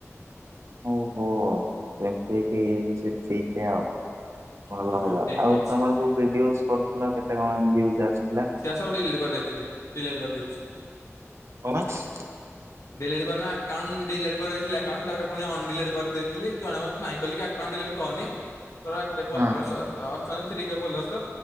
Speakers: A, on the right (about 60°); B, on the left (about 85°).
A: ଓହୋ ସେମିତି ହେଇକି ହେଇଯାଇଛି ଥ୍ରି କେ ଆଉ। ଭଲ
B: ହଁ
A: ହେଲା
B: ଏମିତି ହେଇକି
A: ଆଉ
B: ହେଇଛି
A: ତମର ଯୋଉ ଭିଡିଓଜ କରୁଥିଲ କେତେ କଣ ଏମତି ଭିଉଜ ଆସୁ
B: ସରା ସବୁ ଡିଲିଟ୍ କରିଦେଇଥିଲି ଡିଲିଟ୍ କରିଦେଇଛି।
A: କଞ୍ଚ।
B: ଡିଲିଟ୍ କରିନା। ଆକାଉଣ୍ଟ ଡିଲେଟ କରିଦେଇଥିଲି ଆକାଉଣ୍ଟ ତାପରେ ପୁଣି ଅନ୍ ଡିଲେଟ କରିଦେଇଥିଲି ଜଣେ ମତେ ନାହିଁ କିଲେକି ଆକାଉଣ୍ଟ ଡିିଲେଟ୍ କରନି। ତୋର ଏତେ ଫଲୋର୍ସ
A: ହଁ
B: ଅଛ ଅଛନ୍ତି ଥ୍ରି କେ ଫଲୋର୍ସ